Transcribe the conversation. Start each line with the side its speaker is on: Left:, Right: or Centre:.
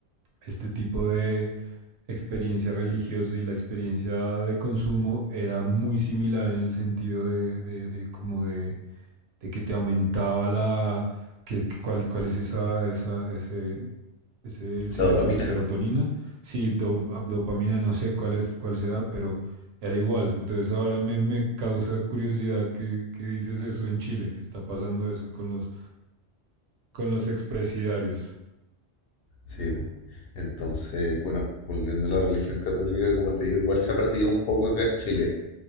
Right: este tipo de experiencia religiosa y la experiencia de consumo era muy similar en el sentido de, de, de como de de que te aumentaba la, que, que cuál, cuál es esa, esa, ese, ese sereto-
Left: la dopamina.
Right: serotonina, sí, do- dopamina, no sé cuál es, cuál será, pero era igual. Entonces ahora me, me causa curiosidad que, que dices eso en Chile, que está pasando eso con los, con los expresidiarios.
Left: Sí. po. Entonces, bueno, volviendo a la religión católica, como te digo, igual se ha perdido un poco acá en Chile.